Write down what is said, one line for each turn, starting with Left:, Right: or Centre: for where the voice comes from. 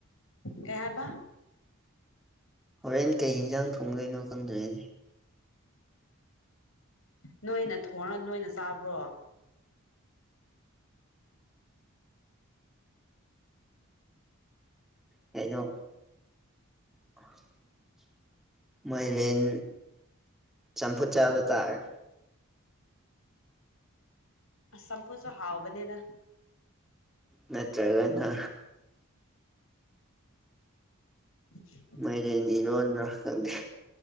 Left: ꯀꯩ ꯍꯥꯏꯕ
Centre: ꯍꯣꯔꯦꯟ ꯀꯩ ꯍꯤꯟꯖꯥꯡ ꯊꯣꯡꯗꯣꯏꯅꯣ ꯈꯪꯗ꯭ꯔꯤꯅꯦ
Left: ꯅꯣꯏꯅ ꯊꯣꯡꯔ ꯅꯣꯏꯅ ꯆꯥꯕ꯭ꯔꯣ
Centre: ꯀꯩꯅꯣ ꯑ <inaudible> ꯃꯥꯏꯔꯦꯟ ꯆꯝꯐꯨꯠ ꯆꯥꯕ ꯇꯥꯔꯦ
Left: ꯑꯁ ꯆꯝꯐꯨꯠꯁꯨ ꯍꯥꯎꯕꯅꯦꯗ
Centre: ꯅꯠꯇ꯭ꯔꯒꯅ
Left: <inaudible>
Centre: ꯃꯥꯏꯔꯦꯟ ꯏꯔꯣꯟꯗ꯭ꯔ ꯅꯪꯗꯤ